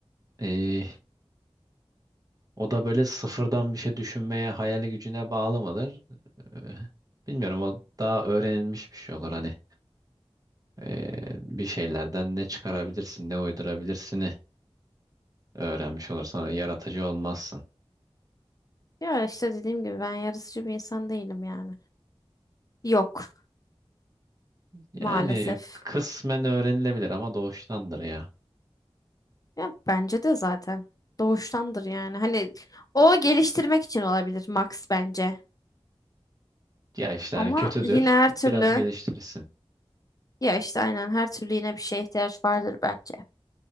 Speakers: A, on the right; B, on the left.
A: ee, o da böyle sıfırdan bir şey düşünmeye hayal gücüne bağlı mıdır? Ee, bilmiyorum o daha öğrenilmiş bir şey olur hani. Ee, bir şeylerden ne çıkarabilirsin, ne uydurabilirsini öğrenmiş olursan yaratıcı olmazsın.
B: Ya işte dediğim gibi ben yarısıcı bir insan değilim yani. Yok
A: Yani
B: maalesef.
A: kısmen öğrenilebilir ama doğuştandır ya.
B: Ya bence de zaten doğuştandır yani. Hani o geliştirmek için olabilir Max bence.
A: Ya işte
B: Ama
A: hani kötüdür,
B: yine her türlü
A: biraz geliştirirsin.
B: Ya işte aynen her türlü yine bir şeye ihtiyaç vardır bence.